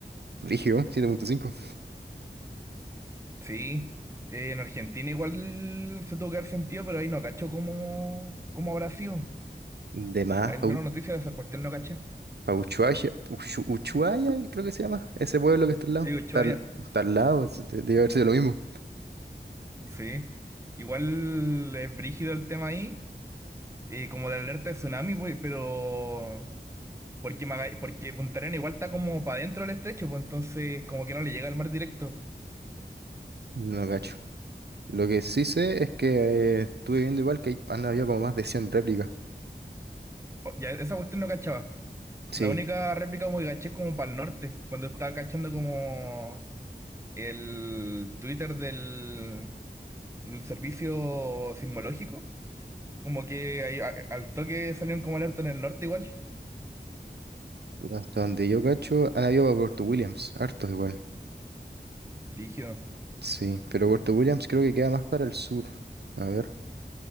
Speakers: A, on the right (about 65°); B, on the right (about 15°).
A: Rígido, siete punto cinco.
B: Sí, eh, en Argentina igual se tuvo que dar sentido, pero ahí no cacho cómo, cómo habrá sido.
A: De más,
B: Al
A: Pau,
B: menos noticias de esa cuestión no caché.
A: pa' Ushuaia, Ushu- Ushuaia, creo que se llama, ese pueblo que está al lado.
B: Sí, Ushuaia,
A: Está al, está al lado, es- de- debe haber sido lo mismo.
B: sí. Igual es brígido el tema ahí, eh, como de alerta de tsunami, pues, pero... Porque, Maga- porque Punta Arenas igual está como para adentro del estrecho, pues entonces como que no le llega al mar directo.
A: No cacho. Lo que sí sé es que eh, estuve viendo igual que hay- han habido como más de 100 réplicas.
B: O- Ya, esa cuestión no cachaba.
A: Sí,
B: La única réplica como que caché es como para el norte, cuando estaba cachando como el Twitter del, del servicio sismológico, como que ahí a- al toque salieron como alerta en el norte igual.
A: hasta donde yo cacho, han habido para Puerto Williams, hartos igual.
B: Rígido.
A: Sí, pero Puerto Williams creo que queda más para el sur. A ver,